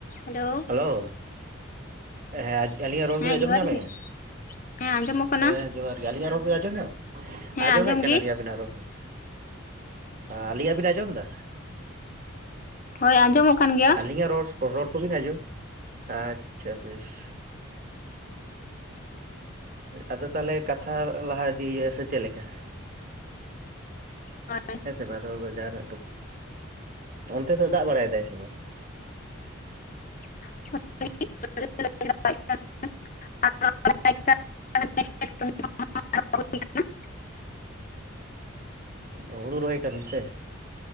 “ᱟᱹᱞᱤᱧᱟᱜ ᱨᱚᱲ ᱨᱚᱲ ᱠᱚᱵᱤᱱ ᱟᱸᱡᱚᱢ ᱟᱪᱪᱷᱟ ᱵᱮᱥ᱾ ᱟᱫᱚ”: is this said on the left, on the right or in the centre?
Right